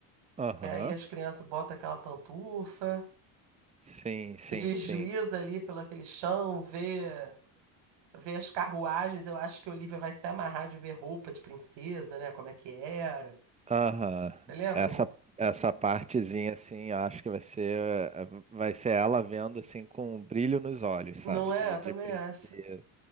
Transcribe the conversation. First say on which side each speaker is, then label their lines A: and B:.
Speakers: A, on the right; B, on the right.
A: Aham.
B: que aí as crianças botam aquela pantufa.
A: Sim, sim,
B: desliza
A: sim.
B: ali pelo aquele chão, vê, vê as carruagens. Eu acho que a Olivia vai se amarrar de ver roupa de princesa, né? Como é que era.
A: Aham.
B: Você lembra?
A: Essa, essa partezinha, assim, eu acho que vai ser, eh, vai ser ela vendo, assim, com um brilho nos olhos, sabe?
B: Não é?
A: De,
B: Eu
A: de
B: também
A: princesa.
B: acho.